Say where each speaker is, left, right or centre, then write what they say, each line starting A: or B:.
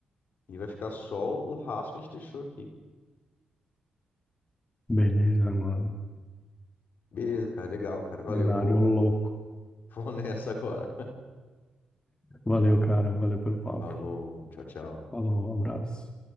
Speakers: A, on the left; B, on the left.
A: e vai ficar só o rastro que a gente deixou aqui.
B: Beleza, mano.
A: Beleza, cara. Legal, cara. Valeu.
B: Cenário
A: Vou,
B: louco.
A: <laughs> vou nessa agora.
B: Valeu, cara. Valeu pelo papo.
A: Falou. Tchau, tchau.
B: Falou, um abraço.